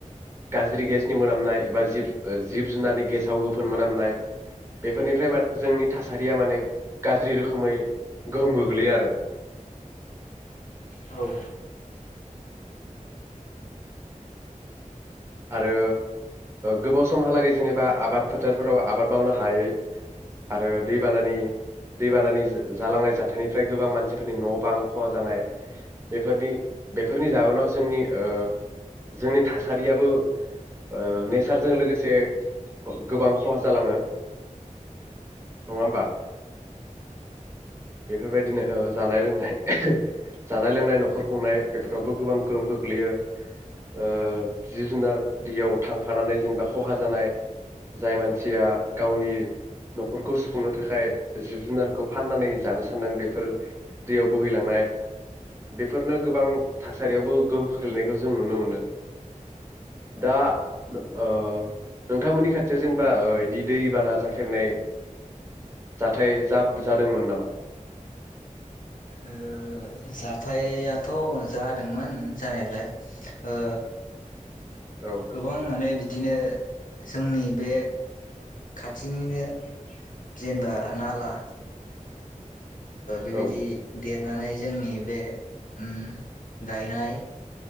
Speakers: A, on the right (about 20°); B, on the left (about 80°).
A: गाज्रि गेसनि मोनामनाय एबा जिब जिब जुनारनि गेसाव गोफोन मोनामनाय। बेफोरनिफ्राय माने जोंनि थासारिया माने गाज्रि रोखोमै गोहोम गोग्लैयो आरो।
B: औ।
A: आरो गोबाव समहालागै जेनेबा आबाद फोथारफोराव आबाद मावनो हायै आरो दैबानानि दैबानानि जालांनाय जाथायनिफ्राय गोबां मानसिफोरनि न' बां खहा जानाय बेफोरनि बेफोरनि जाउनाव जोंनि ओ जोंनि थासारियाबो ओ नेचारजों लोगोसे गोबां खहा जालाङो नङा होमबा बेफोरबायदिनो जानाय लोंनाय जानाय लोंनाय न'खर खुंनाय बेफोरावबो गोबां गोहोम गोग्लैयो। ओ जिब जुनार दैयाव थांफानानै जेनेबा खहा जानाय जाय मानसिया गावनि न'खरखौ सुफुंनो थाखाय जिब जुनारखौ फाननानै जानो सानदों बेफोर दैयाव बोहैलांनाय बेफोरनो गोबां थासारियावबो गोहोम खोख्लैनायखौ जों नुनो मोनो। दा ओ। नोंथांमोननि खाथियाव जेनेबा बिदि दैबाना जाफेरनाय जाथाय जादोंमोन नामा?
B: ओ जाथायाथ' जादोंमोन जानायालाय ओ
A: औ
B: गोबां माने बिदिनो जोंनि बे खाथिनिनो जेनेबा नाला बेबायदि
A: औ
B: देर नानै जोंनि बे उम गायनाय